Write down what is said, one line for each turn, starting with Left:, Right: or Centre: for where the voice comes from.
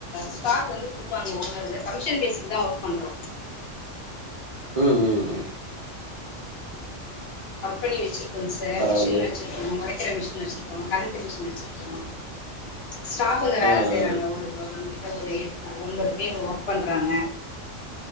Left: ஸ்டாக் வந்து குடுப்பாங்க ஓனருங்க கமிஷன் பேஸ்க்கு தா ஒர்க் பண்றோ
Right: ம் ம் ம்
Left: கம்பெனி வெச்சிருக்கோங்க சார்
Right: பரவாயில்லையே
Left: மிஷின் வெச்சிருக் ம் உடைக்கிற மிஷின் வச்சிருக்கு கறக்கிற மிஷின் வச்சிருக்கு ஸ்டா புங்க வேல
Right: ஆ ஆ
Left: செய்றாங்க ஒரு நம்மகிட்ட ஒரு எட்டு ஒன்பது பேர் ஒர்க் பண்றாங்க